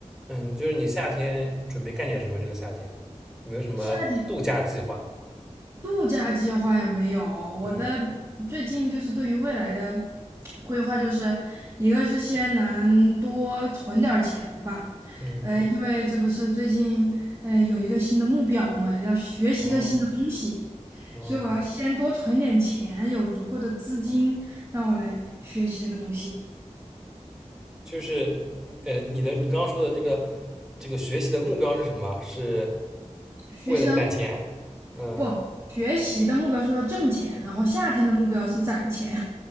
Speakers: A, in the centre; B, on the right (about 20°).
A: 嗯，就是你夏天准备干点什么？这个夏天有没有什么度假计划？
B: 夏天度假计划也没有，我的最近就是对于未来的
A: 嗯
B: 规划，就是一个是先能多存点儿钱吧，
A: 嗯，
B: 呃，因为这不是最近呃有一个新的目标嘛，要学习一个新的东西，
A: 哦哦，
B: 所以我要先多存点钱，有足够的资金让我来学习这个东西。
A: 就是呃，你的你刚刚说的这个这个学习的目标是什么？是
B: 学习的目，
A: 为了攒钱？嗯，
B: 不，学习的目标是为了挣钱，然后夏天的目标是攒钱。